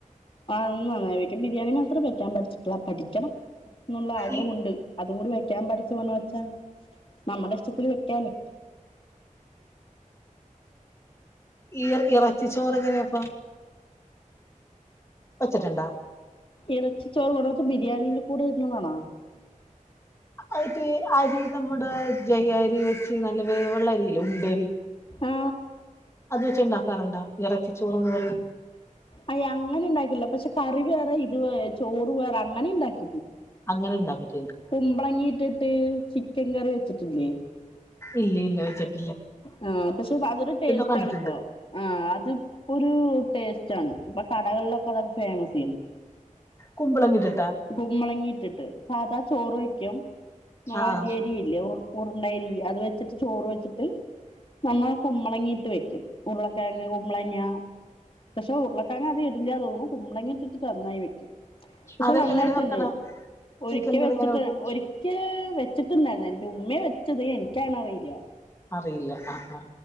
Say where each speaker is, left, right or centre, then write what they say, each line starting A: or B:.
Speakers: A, on the left (about 40°); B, on the left (about 20°).
A: ആ നന്നായി വെക്കും ബിരിയാണി മാത്രം വെക്കാൻ പഠിച്ചിട്ടി പഠിക്കണം എന്നുള്ള ആഗ്രഹംണ്ട്
B: ഈ
A: അതും കൂടി ക്ൻ പഠിച്ചു പോണു വച്ചാ നമ്മുടെ ഇഷ്ടത്തിൽ വെക്കാലോ
B: ഈർ ഇറച്ചി ചോറ് എങ്ങനെയപ്പം വെച്ചിട്ണ്ടാ
A: ഇറച്ചി ചോറ് <unintelligible> ബിരിയാണിൽ കൂടെ ഇടുന്നതാണാ
B: അത്പ്പെ അരി നമ്മുടെ ജെയാ അരി വെച്ച് നല്ല വേവ്ള്ള അരില്ലെ ഉണ്ടരി
A: ആ
B: അത് വെച്ച് ഉണ്ടാക്കാറുണ്ടാ ഇറച്ചിച്ചോറ്ന്ന് പറയും
A: അയ് അങ്ങനെ ഉണ്ടാക്കില്ല പക്ഷെ കറി വേറെ ചോറ് വേറെ അങ്ങനെണ്ടാക്കി
B: അങ്ങനെണ്ടാക്കല്
A: കുമ്പളങ്ങി ഇട്ടിട്ട് ക്കൻ കറി വെച്ചിട്ടില്ലേ
B: ഇല്ല ഇല്ല വെച്ചിട്ട്
A: ആ പക്ഷെ അതൊരു ടേസ്റ്റ്
B: കണ്ടിട്ടുണ്ട്
A: ആണ്പ്പൊ ആ അതിപ്പോ ഒരു ടേസ്റ്റ് ആണ് ഇപ്പ കടകൾലൊക്കെ അത് ഫേമസെ
B: കുമ്പളങ്ങ് ഇട്ട്
A: കുമ്പളങ്ങിട്ടിട്ട് സാധാ ചോറ് വെക്കും വലിയ
B: ആ ആ
A: അരി ഇല്ലേ ഉ ഉരുണ്ട അരി അത് വെച്ചിട്ട് ചോറ് വെ ട്ട് നമ്മ കുമ്പളങ്ങി വെക്കും ഉരുളകെഴങ് മ്പളങ്ങ പക്ഷെ ഉരുളകെഴങ്ങ് അതികം ഇടില്ല തോന്നുന്നു പുമ്പളങ്ങിട്ടിട്ട് നന്നായി വെക്കും പക്ഷെ
B: അത്
A: നന്നായിട്ണ്ട്
B: എങ്ങനെ വെക്കണ
A: ഒരിക്ക
B: ചിക്കൻ കറി
A: വെച്ചിട്ട്
B: എങ്ങനെ വെക്കും
A: ഒരികെ വെച്ചിട്ടുണ്ടായിരുന്നു എന്റെ ഉമ്മയാ വെച്ചത് എനിക്ക് അറിയില്ല
B: അറിയില്ല ആ ആ